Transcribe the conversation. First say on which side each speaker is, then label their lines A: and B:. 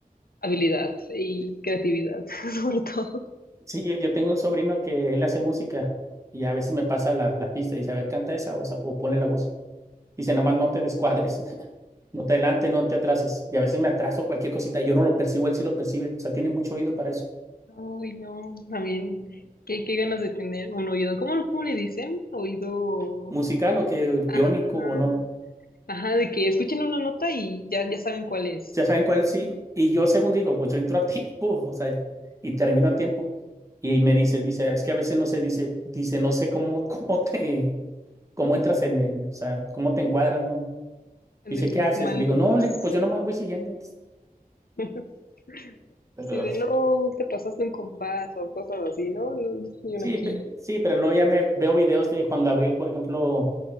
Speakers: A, on the left (about 75°); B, on the right (about 20°).
A: habilidad y creatividad, <laughs> sobre todo.
B: sí, yo, yo tengo un sobrino que él hace música y a veces me pasa la, la pista y dice, a ver, canta esa o, sea, o ponle la voz. Dice, nomás no te descuadres, <laughs> no te adelante, no te atrases. Y a veces me atraso cualquier cosita y yo no lo percibo, él sí lo percibe. O sea, tiene mucho oído para eso.
A: Ay, no, también, qué, qué ganas de tener un oído, ¿cómo, cómo le dicen? Oído...
B: Musical o que
A: Ajá.
B: biónico o no.
A: Ajá, de que escuchen una nota y ya, ya saben cuál es.
B: Ya saben cuál
A: Vamos,
B: sí.
A: ¿no?
B: Y yo, según digo, pues yo entro a <laughs> tiempo, o sea, y termino a tiempo. Y me dice, dice, es que a veces no sé, dice, dice, no sé cómo, <laughs> cómo te, cómo entras en, el- o sea, cómo te encuadras, ¿no?
A: en
B: Dice,
A: el
B: ¿qué haces?
A: mal
B: Le digo,
A: compás.
B: no, le digo, pues yo nomás voy siguiendo.
A: <laughs>
B: Pero
A: si de, no, te pasaste un compás o cosas así, ¿no? No, y
B: sí,
A: uno aquí
B: pe- sí, pero luego ya me veo videos de Juan Gabriel, por ejemplo,